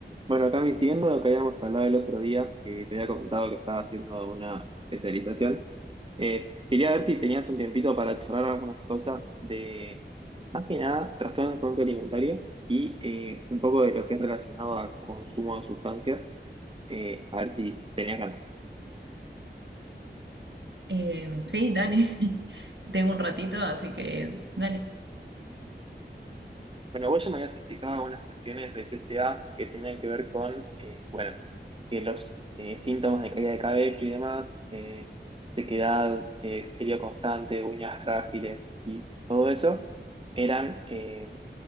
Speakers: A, on the right; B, on the right.
A: Bueno, Cami, siguiendo lo que habíamos hablado el otro día, que te había comentado que estaba haciendo una especialización, eh, quería ver si tenías un tiempito para charlar algunas cosas de, más que nada, trastornos del conducta alimentaria y eh, un poco de lo que es relacionado a consumo de sustancias, eh, a ver si tenías ganas.
B: Eh, sí, dale. <laughs> Tengo un ratito, así que dale.
A: Bueno, vos ya me habías explicado algunas cuestiones de TCA que tenían que ver con, eh, bueno, que los eh, síntomas de caída de cabello y demás, eh, sequedad, eh, frío constante, uñas frágiles y todo eso, eran eh,